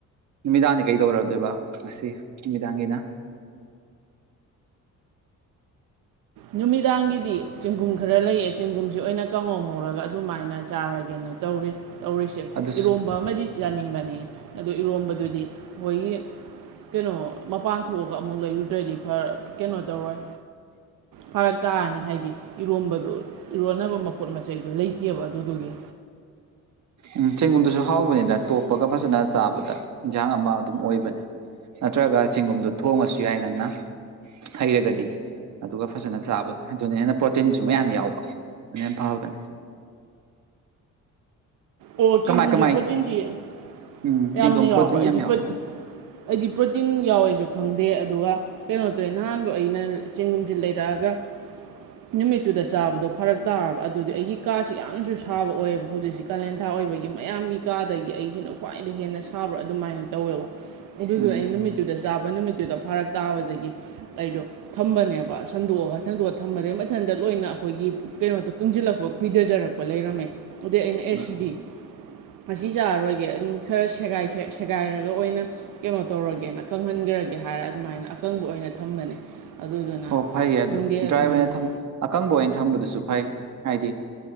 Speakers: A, on the right; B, on the right.
A: ꯅꯨꯃꯤꯗꯥꯡꯗꯤ ꯀꯩꯗꯧꯗꯣꯏꯕ ꯉꯁꯤ ꯅꯨꯃꯤꯗꯥꯡꯒꯤꯅ
B: ꯅꯨꯃꯤꯗꯥꯡꯒꯤꯗꯤ ꯆꯦꯡꯒꯨꯝ ꯈꯔ ꯂꯩꯑꯦ ꯆꯦꯡꯒꯨꯝꯁꯤ ꯑꯣꯏꯅ ꯀꯥꯡꯍꯧ ꯉꯧꯔꯒ ꯑꯗꯨꯃꯥꯏꯅ ꯆꯥꯔꯒꯦꯅ ꯇꯧꯔꯤ ꯇꯧꯔꯤꯁꯦ
A: ꯑꯗꯨꯁꯨ
B: ꯏꯔꯣꯝꯕ ꯑꯃꯗꯤ ꯆꯥꯅꯤꯡꯕꯅꯤ ꯑꯗꯨ ꯏꯔꯣꯝꯕꯗꯨꯗꯤ ꯑꯩꯈꯣꯏꯒꯤ ꯀꯩꯅꯣ ꯃꯄꯥꯟ ꯊꯣꯛꯑꯒ ꯑꯃꯨꯛ ꯂꯩꯔꯨꯗ꯭ꯔꯗꯤ ꯐꯔ ꯀꯩꯅꯣ ꯇꯧꯔꯣꯏ ꯐꯥꯔꯛ ꯇꯥꯔꯅꯤ ꯍꯥꯏꯗꯤ ꯏꯔꯣꯟꯝꯕꯗꯣ ꯏꯔꯣꯟꯅꯕ ꯄꯣꯠ ꯃꯆꯩꯗꯨꯣ ꯂꯩꯇꯦꯕ ꯑꯗꯨ ꯑꯗꯨꯒꯤ
A: ꯎꯝ ꯆꯦꯡꯒꯨꯝꯗꯨꯁꯨ ꯍꯥꯎꯕꯅꯤꯗ ꯇꯣꯞꯄꯒ ꯐꯖꯅ ꯆꯥꯕꯗ ꯏꯟꯁꯥꯡ ꯑꯃ ꯑꯗꯨꯝ ꯑꯣꯏꯕꯅꯦ ꯅꯠꯇ꯭ꯔꯒ ꯆꯦꯡꯒꯨꯝꯗꯣ ꯊꯣꯡꯉꯁꯨ ꯌꯥꯏ ꯅꯪꯅ ꯍꯩꯔꯒꯗꯤ ꯑꯗꯨꯒ ꯐꯖꯅ ꯆꯥꯕꯗ ꯑꯗꯨꯅ ꯍꯦꯟꯅ ꯄ꯭ꯔꯣꯇꯤꯟꯁꯨ ꯃꯌꯥꯝ ꯌꯥꯎꯕ ꯑꯗꯨꯅ ꯍꯦꯟꯅ ꯐꯕꯅꯦ
B: ꯑꯣ ꯆꯦꯡꯒꯨꯝꯁꯤ
A: ꯀꯃꯥꯏ ꯀꯃꯥꯏ
B: ꯄ꯭ꯔꯣꯇꯤꯟꯁꯤ
A: ꯎꯝ
B: ꯌꯥꯝꯅ
A: ꯆꯦꯡꯒꯨꯝ
B: ꯌꯥꯎꯕ꯭ꯔ
A: ꯄ꯭ꯔꯣꯇꯤꯟ
B: ꯑꯩꯗꯤ
A: ꯌꯥꯝ ꯌꯥꯎꯕ
B: ꯑꯩꯗꯤ ꯄ꯭ꯔꯣꯇꯤꯟ ꯌꯥꯎꯋꯦꯁꯨ ꯈꯪꯗꯦ ꯑꯗꯨꯒ ꯀꯩꯅꯣꯇꯣ ꯅꯍꯥꯟꯕꯨ ꯑꯩꯅ ꯆꯦꯡꯒꯨꯝꯁꯤ ꯂꯩꯔꯛꯑꯒ ꯅꯨꯃꯤꯠꯇꯨꯗ ꯆꯥꯕꯗꯣ ꯐꯔꯛ ꯇꯥꯔꯕ ꯑꯗꯨꯗꯤ ꯑꯩꯒꯤ ꯀꯥꯁꯤ ꯌꯥꯝꯅꯁꯨ ꯁꯥꯕ ꯑꯣꯏꯌꯦꯕ ꯍꯧꯖꯤꯛꯁꯤ ꯀꯥꯂꯦꯟ ꯑꯥ ꯑꯣꯏꯕꯒꯤ ꯃꯌꯥꯝꯒꯤ ꯀꯥꯗꯒꯤ ꯑꯩꯁꯤꯅ ꯈ꯭ꯋꯥꯏꯗꯒꯤ ꯍꯦꯟꯅ ꯁꯥꯕ꯭ꯔꯥ ꯑꯗꯨꯃꯥꯏꯅ ꯇꯧꯋꯦꯕ ꯑꯗꯨ
A: ꯎꯝ
B: ꯅꯨꯃꯤꯇꯨꯗꯥ ꯆꯥꯕ ꯊꯥꯕ ꯅꯨꯃꯤꯠꯇꯨꯗ ꯐꯥꯔꯛ ꯇꯥꯕꯗꯒꯤ ꯑꯩꯗꯣ ꯊꯝꯕꯅꯦꯕ ꯁꯟꯗꯣꯛꯑꯒ ꯁꯟꯗꯣꯛꯑ ꯊꯝꯕꯗꯩ ꯃꯊꯟꯇ ꯂꯣꯏꯅ ꯑꯩꯈꯣꯏꯒꯤ ꯀꯩꯅꯣꯗ ꯀꯪꯁꯤꯜꯂꯛꯄ ꯈꯣꯏꯊꯖꯔꯛꯄ ꯂꯩꯔꯝꯃꯦ ꯑꯗꯩ ꯑꯩꯅ
A: ꯎꯝ
B: ꯑꯦꯁꯤꯗꯤ ꯉꯁꯤ ꯆꯥꯔꯔꯣꯏꯒꯦ ꯑꯗꯨꯝ ꯈꯔ ꯁꯦꯒꯥꯏꯔꯒ ꯑꯣꯏꯅ ꯀꯩꯅꯣ ꯇꯧꯔꯒꯦꯅ ꯀꯪꯍꯟꯈ꯭ꯔꯒꯦ ꯍꯥꯏꯔ ꯑꯗꯨꯃꯥꯏꯅ ꯑꯀꯪꯕ ꯑꯣꯏꯅ ꯊꯝꯕꯅꯦ ꯑꯗꯨꯗꯨꯅ
A: ꯍꯣ ꯐꯩꯌꯦ ꯑꯗꯣ
B: ꯈꯪꯗꯦ
A: ꯗ꯭ꯔꯥꯏ
B: ꯑꯗꯨꯃꯥꯏꯅ
A: ꯑꯣꯏꯅ ꯑꯀꯪꯕ ꯑꯣꯏꯅ ꯊꯝꯕꯗꯨꯁꯨ ꯐꯩ ꯍꯥꯏꯗꯤ